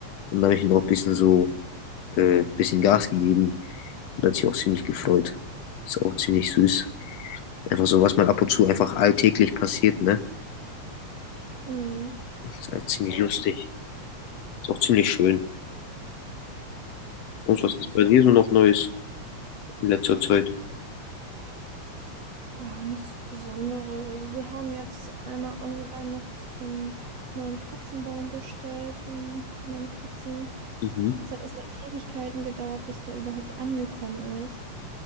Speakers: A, on the left; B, on the right.
A: Und dann habe ich ihm auch ein bisschen so, äh, ein bisschen Gas gegeben. Und hat sich auch ziemlich gefreut. Ist auch ziemlich süß. Einfach so, was man ab und zu einfach alltäglich passiert, ne?
B: Mhm.
A: Ist halt ziemlich
B: Ja,
A: lustig. Ist auch ziemlich schön. Und
B: Ja,
A: was ist
B: das
A: bei
B: stimmt.
A: dir so noch Neues in letzter Zeit?
B: Ja, nichts Besonderes. Also wir haben jetzt einmal online noch so einen neuen Katzenbaum bestellt für die, für meine Katzen.
A: Mhm.
B: Es hat erstmal Ewigkeiten gedauert, bis der überhaupt angekommen ist.